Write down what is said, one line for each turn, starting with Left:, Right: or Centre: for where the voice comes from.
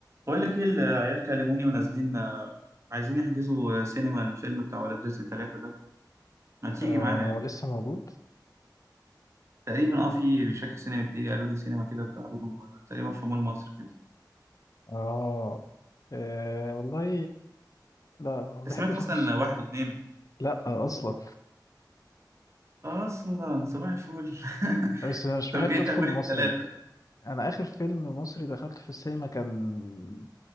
Right: بقول لك ايه العيال كلموني ونازلين آه، عايزين يحجزوا آه، سينما الفيلم بتاع ولاد رزق ثلاثة ده ما تيجي
Left: آه
Right: معانا
Left: هو لسه موجود
Right: تقريبا اه في مش فاكر سينما ايه قالوا لي سينما كده بتعرضه آه، تقريبا في مول مصر كده
Left: اه آه، والله لا ما بحبش
Right: أنت سمعت اصلا
Left: اخش
Right: واحد واثنين
Left: لا اصلا
Right: اصلا صباح الفل
Left: بس
Right: <laughs>
Left: أنا مش
Right: طب
Left: بحب
Right: جاي
Left: ادخل
Right: تعمل
Left: مصري
Right: ايه في ثلاثة
Left: انا اخر فيلم مصري دخلته في السينما كان